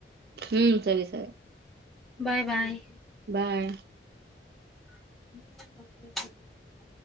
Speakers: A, on the right; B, in the centre.
A: ಹ್ಮ್ ಸರಿ ಸರಿ
B: ಬಾಯ್ ಬಾಯ್
A: ಬಾಯ್
B: <unintelligible>